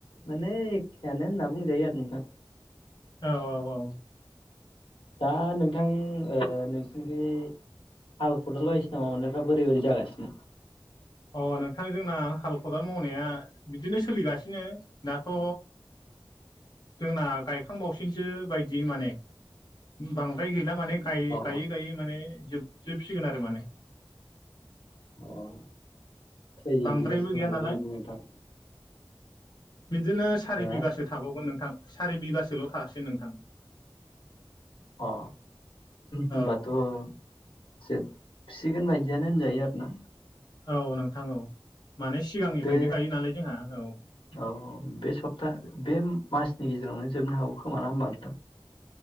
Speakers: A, on the left (about 75°); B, on the left (about 50°).
A: माने एखेआनो होनना बुंजायो आरो नोंथां
B: औ - औ - औ
A: दा नोंथां ओ‌ नोंसिनि हाल-खदाल बायदिसिनायाव नोंहा बोरै बोरै जागासिनो
B: अ नोंथां जोंना हाल खदाल मावनाया बिदिनो सोलिगा बिदिनो दाथ' जोंना गायखांबावसिनसो बायदि माने बांद्राय गैला माने‌ गायै
A: अ
B: - गायै - गायै माने जोबजोबसिगोन आरो माने
A: अ सै
B: बांद्रायबो
A: बिगोसो दंबावो
B: गैया नालाय
A: बायदि नोंथां
B: बिदिनो सारि
A: हो
B: बिगासो थाबावगोन नोंथां सारि बिगासोल' थासै नोंथां
A: अ होंमबाथ'
B: औ
A: जोब फिसिगोन बायदियानो होनजायो आरो ना
B: औ नोंथां औ माने सिगांनिफ्रायनो
A: बे
B: गायो नालाय जोंहा औ
A: औ बे सप्ता बे मास नि गेजेरावनो जोबनो हागौ खोमा हबालदों